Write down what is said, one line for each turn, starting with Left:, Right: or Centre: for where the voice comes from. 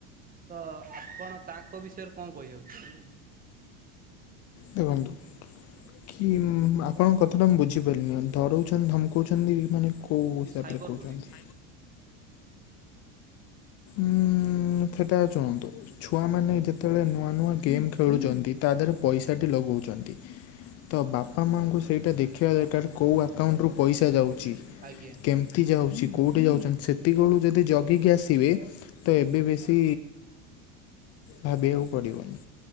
Right: ତ ଆପଣ ତାଙ୍କ ବିଷୟରେ କଣ କହିବାକୁ। <unintelligible>
Left: ଦେଖନ୍ତୁ କି ଆପଣଙ୍କ କଥା ଟା ମୁଁ ବୁଝିପାରିନି ଡରଉଛନ୍ତି ଧମକଉଛନ୍ତି ମାନେ କୋଉ ହିସାବରେ
Right: ସାଇବର
Left: କହୁଛନ୍ତି।
Right: ବୁଲିଂ
Left: ହୁଁ। <unintelligible> ଛୁଆମାନେ ଯେତେବେଳେ ନୂଆ ନୂଆ ଗେମ୍ ଖେଳୁଛନ୍ତି ତା ଦେହରେ ପଇସା ଟି ଲଗଉଛନ୍ତି। ତ ବାପା ମାଆଙ୍କୁ ସେଇଟା ଦେଖିବା ଦରକାର କୋଉ ଆକାଉଣ୍ଟରୁ ପଇସା ଯାଉଚି।
Right: ଆଜ୍ଞା।
Left: କେମିତି ଯାଉଚି କୋଉଁଠି ଯାଉଛନ୍ତି ସେତିକିବେଳୁ ଯଦି ଜଗିକି ଆସିବେ ତ ଏବେ ବେଶୀ ଭାବିବାକୁ ପଡିବନି।